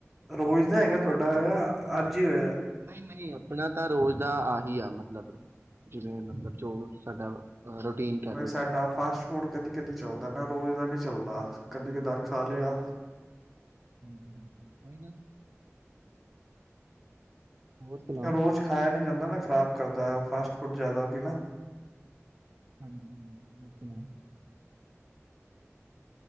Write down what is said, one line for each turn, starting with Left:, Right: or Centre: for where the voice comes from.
Centre: ਰੋਜ਼ ਦਾ ਹੈਗਾ ਤੁਹਾਡਾ ਅੱਜ ਹੀ ਹੋਇਆ।
Right: ਨਹੀਂ- ਨਹੀਂ ਆਪਣਾ ਤਾਂ ਰੋਜ਼ ਦਾ ਆਹੀ ਆ ਮਤਲਬ, ਜਿਵੇਂ ਮਤਲਬ ਜੋ ਸਾਡਾ। ਰੂਟੀਨ ਕਹਿ ਲਓ
Centre: ਸਾਡਾ ਫਾਸਟ ਫੂਡ ਕਦੀ- ਕਦੀ ਚੱਲਦਾ ਨਾ ਰੋਜ਼ ਦਾ ਨਹੀਂ ਚੱਲਦਾ ਕਦੀ ਕਦਾਰ ਖਾ ਲਿਆ।
Right: <inaudible> ਹੋਰ ਸੁਣਾਓ
Centre: ਰੋਜ਼ ਖਾਇਆ ਨੀ ਜਾਂਦਾ ਨਾ। ਖ਼ਰਾਬ ਕਰਦਾ ਫਾਸਟ ਫੂਡ ਜ਼ਿਆਦਾ ਪ ਨਾ।
Right: <inaudible>